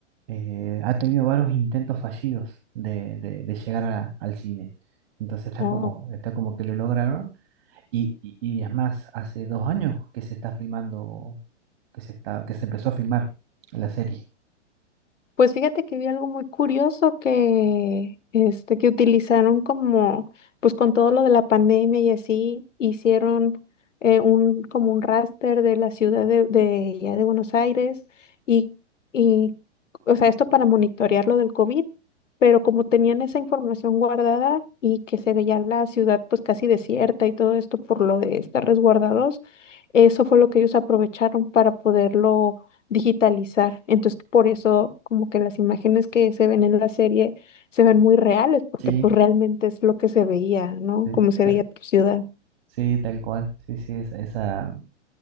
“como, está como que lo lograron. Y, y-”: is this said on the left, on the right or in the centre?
Right